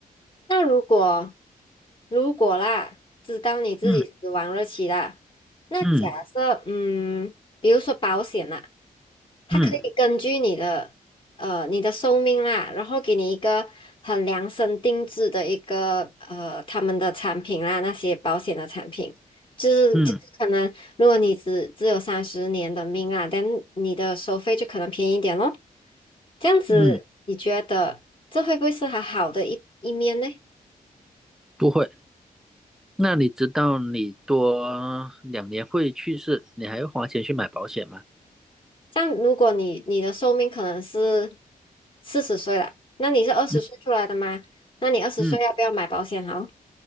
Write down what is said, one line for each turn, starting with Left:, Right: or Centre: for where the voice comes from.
Left: 那如果如果啦，知道你自己死亡日期啦，
Centre: 嗯
Left: 那假设嗯，
Centre: 嗯。
Left: 比如说保险啦，它可以根据你的呃你的寿命啦，
Centre: 嗯
Left: 然后给你一个很量身定制的一个呃他们的产品啦，那些保险的产品，就是就是可能如果你只只有三十年的命啊，
Centre: 嗯
Left: 但你的收费就可能便宜一点咯。这样子，
Centre: 嗯，
Left: 你觉得这会不会是它好的一一面呢？
Centre: 不会。那你知道你多两年会去世，你还要花钱去买保险吗？
Left: 这样，如果你你的寿命可能是四十岁了，那你是二十岁出来的吗？
Centre: 嗯
Left: 那你二十岁要不要买保险好？
Centre: 嗯，